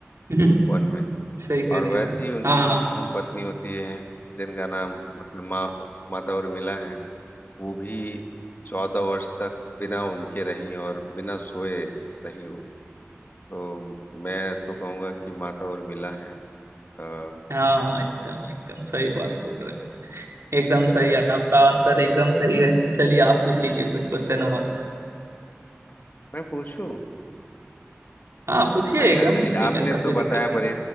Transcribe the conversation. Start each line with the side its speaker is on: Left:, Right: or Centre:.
Right: हैं <laughs>
Left: वन में
Right: सही कह
Left: और
Right: रहे
Left: वैसे
Right: हैं एकदम
Left: ही उनकी
Right: हाँ
Left: जो
Right: हाँ
Left: पत्नी होती है जिनका नाम मतलब माँ माता उर्मिला है वो भी चौदह वर्ष तक बिना उनके रही और बिना सोए रही वो तो मैं तो कहूंगा कि माता उर्मिला है अ,
Right: हाँ हाँ एकदम एकदम सही बात बोल रहे हैं एकदम सही है आपका आंसर एकदम सही है चलिए आप पूछ लीजिए कुछ क्वेश्चन और
Left: मैं पूछूं
Right: हाँ पूछिए
Left: अच्छा
Right: एकदम
Left: चलिए
Right: पूछिए
Left: आपने
Right: ऐसा
Left: तो
Right: कोई
Left: बताया
Right: दिक्कत नहीं
Left: बड़ी